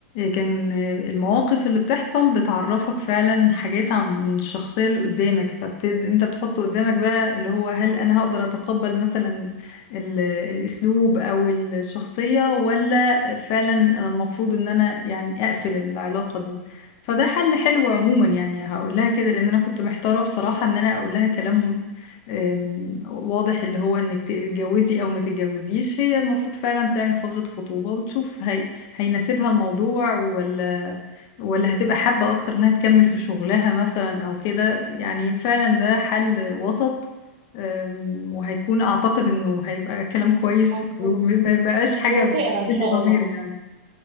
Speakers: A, on the left; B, on the right.
A: كان المواقف اللي بتحصل بتعرفك فعلا حاجات عن الشخصيه اللي قدامك فبت... انت بتحط قدامك بقى اللي هو هل انا هقدر اتقبل مثلا ال... الاسلوب او الشخصيه ولا فعلا أنا المفروض ان انا يعني اقفل العلاقه دي فده حل حلو عموما يعني هقول لها كده لان انا كنت محتاره بصراحه ان انا اقول لها كلام أم، واضح اللي هو انك تتجوزي او ما تتجوزيش هي المفروض فعلا تعمل فترة خطوبة وتشوف هي هيناسبها الموضوع ولا ولا هتبقى حابة اكتر انها تكمل في شغلها مثلا او كده يعني فعلا ده حل وسط أم، وهيكون اعتقد انه هيبقى كلام كويس
B: مظبوط
A: وما يبقاش حاجة
B: يوافقها
A: بتأذي
B: إن شاء
A: ضميري
B: الله
A: يعني